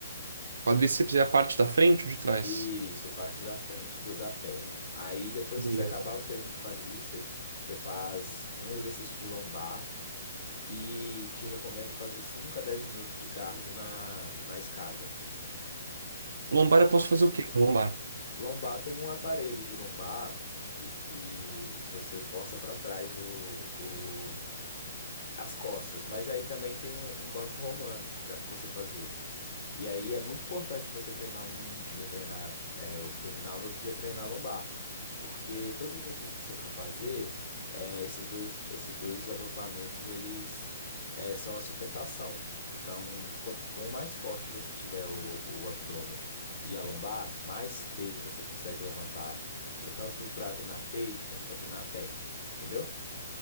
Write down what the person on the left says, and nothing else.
Isso, parte da frente do- da perna. Aí depois
que você acabar o treino de quadríceps, você faz um exercício de lombar e te recomendo fazer 5 a 10 minutos de cardio na, na escada.
Lombar tem um aparelho de lombar que, que você força para trás o, o, as costas. Mas aí também tem um, um banco romano que dá para você fazer. E aí é muito importante você treinar um dia, treinar é, abdominal, no outro dia treinar lombar. Porque todo exercício que você for fazer, é, esses dois, esses dois agrupamentos, eles é, são a sustentação. Então, quanto com mais forte você tiver o, o abdômen e a lombar, mais peso você consegue levantar, pra- tanto para treinar peito quanto para treinar perna. Entendeu?